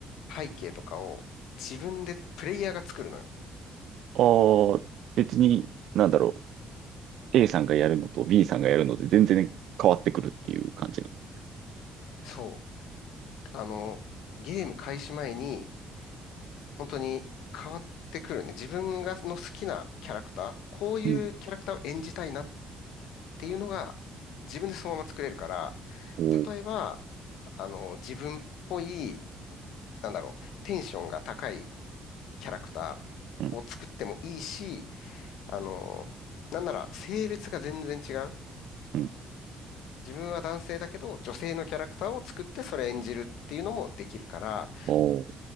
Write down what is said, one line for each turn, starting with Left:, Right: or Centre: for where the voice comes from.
Left: 背景とかを自分でプレイヤーが作るのよ。
Right: ああ、別に、なんだろう。A さんがやるのと B さんがやるので全然変わってくるっていう感じなの。
Left: そう。あの、ゲーム開始前に本当に変わってくるね。自分がの好きなキャラクター、こういうキャラクターを演じたいなっ
Right: うん。
Left: ていうのが自分でそのまま作れるから、
Right: おう。
Left: 例えば、あの、自分っぽい、なんだろう、テンションが高いキャラクタ
Right: うん
Left: ーを作ってもいいし、あの、なんなら性別が全然違う。
Right: うん。
Left: 自分は男性だけど、女性のキャラクターを作ってそれ演じるっていうのもできるから、
Right: おう。